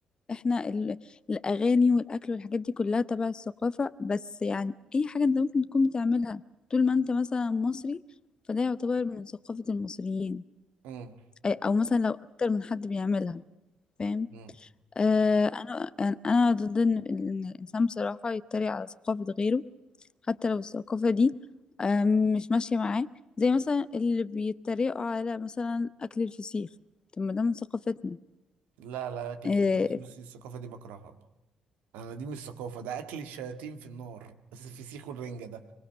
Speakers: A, on the left; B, on the right.
A: احنا ال... الاغاني والاكل والحاجات دي كلها تبع الثقافه بس يعني اي حاجه انت ممكن تكون بتعملها طول ما انت مثلا مصري فده يعتبر من ثقافه المصريين
B: امم
A: أي- او مثلا لو اكتر من حد بيعملها فاهم
B: امم
A: آه انا انا أنا ضد ان إن الانسان بصراحه يتريق على ثقافه غيره حتى لو الثقافه دي آه مش ماشيه معاه زي مثلا اللي بيتريقوا على مثلا اكل الفسيخ طب ما ده من ثقافتنا
B: لا لا اكل
A: آه
B: في بص بص الثقافه دي بكرهها انا دي مش ثقافه ده اكل الشياطين في النار بس الفسيخ والرنجه ده